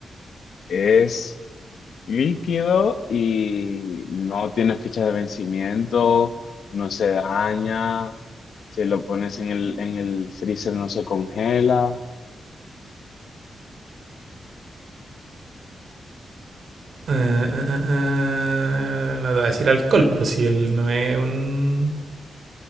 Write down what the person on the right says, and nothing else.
Eh, eh, eh, eh, no te voy a decir alcohol, pues si él no es un